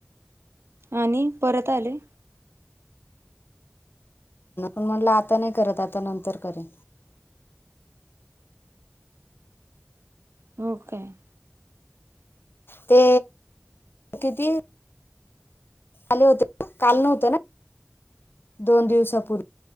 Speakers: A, on the right; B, on the left.
A: आणि परत आले?
B: मी म्हटलं आता नाही करत आता नंतर करेन.
A: हो काय
B: ते किती आले होते ना काल नव्हते ना दोन दिवसापूर्वी.